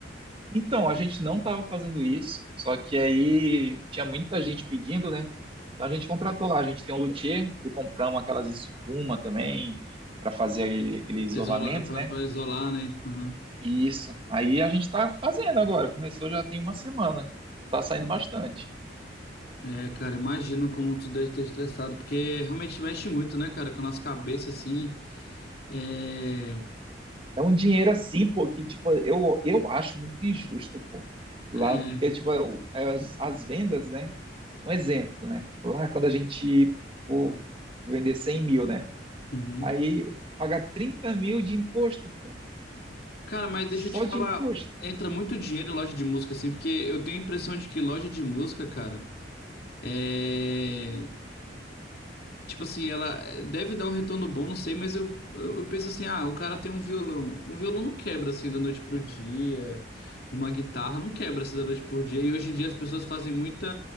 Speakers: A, on the right; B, on the left.
A: Então, a gente não estava fazendo isso, só que aí tinha muita gente pedindo, né? Então a gente contratou lá, a gente tem um luthier e compramos aquelas espuma também para fazer aquele isolamento,
B: Pra Isola, pra,
A: né?
B: pra isolar, né? Uhum.
A: E Isso. Aí a gente está fazendo agora, começou já tem uma semana. Tá saindo bastante.
B: É, cara, imagino como tu deve ter estressado, porque realmente mexe muito, né, cara, com a nossa cabeça, assim. É...
A: É um dinheiro assim, pô, que tipo, eu, eu acho muito injusto, pô. Lá,
B: É...
A: porque tipo, eu- é as, as vendas, né? Um exemplo, né? Lá quando a gente, pô, vender 100 mil, né?
B: uhum.
A: Aí paga 30 mil de imposto, pô.
B: Cara, mas deixa
A: Só
B: eu te falar,
A: de imposto.
B: entra muito dinheiro em loja de música, assim, porque eu tenho a impressão de que loja de música, cara, é. Tipo assim, ela eh, deve dar um retorno bom, não sei, mas eu, eu, eu penso assim, ah, o cara tem um violão. Um violão não quebra assim da noite pro dia. Uma guitarra não quebra assim da noite pro dia. E hoje em dia as pessoas fazem muita